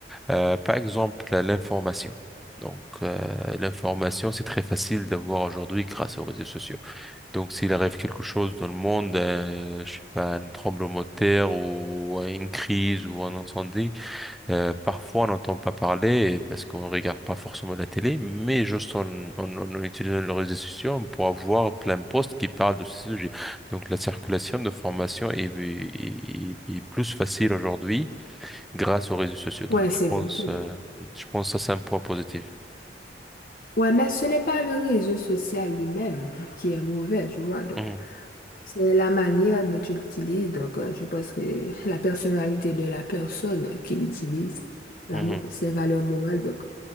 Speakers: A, in the centre; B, on the left.
A: Euh, par exemple, l'information. Donc, euh, l'information, c'est très facile d'avoir aujourd'hui grâce aux réseaux sociaux. Donc, s'il arrive quelque chose dans le monde, euh, je sais pas, un tremblement de terre ou une crise ou un incendie, euh, parfois on n'entend pas parler parce qu'on ne regarde pas forcément la télé, mais juste en, en, en- en utilisant les réseaux sociaux, on pourra voir plein de posts qui parlent de ce sujet. Donc, la circulation de formation est, est est- est plus facile aujourd'hui grâce aux réseaux sociaux. Donc,
B: Ouais, c'est
A: je pense,
B: vrai, c'est vrai.
A: euh, je pense que ça, c'est un point positif.
B: Ouais, mais ce n'est pas le réseau social lui-même qui est mauvais, tu vois. Donc,
A: Mhm,
B: c'est la manière dont tu l'utilises. Donc, euh, je pense que la personnalité de la personne qui l'utilise, la
A: mhm.
B: mo- ses valeurs morales. Donc,